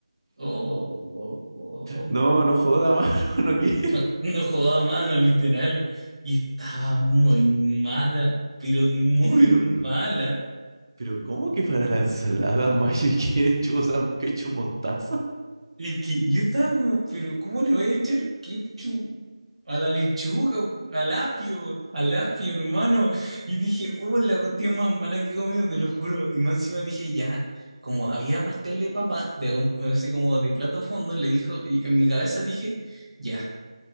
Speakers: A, on the right; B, on the right.
A: Oh,
B: No, no joda más, <laughs> no, no quiero.
A: No, no jugaba a mano, literal. Y estaba muy mala, pero muy
B: Pero,
A: mala.
B: pero, ¿cómo que para la ensalada mayo y ketchup, o sea, ketchup mostaza?
A: Y que yo estaba como, pero ¿cómo le voy a echar ketchup a la lechuga, al apio, al apio, hermano? Y dije, oh, la cuestión más mala que he comido, te lo juro. Y más encima dije, ya, como había pastel de papa, de, acom- así como de plato a fondo, le dijo, y en mi cabeza dije, ya.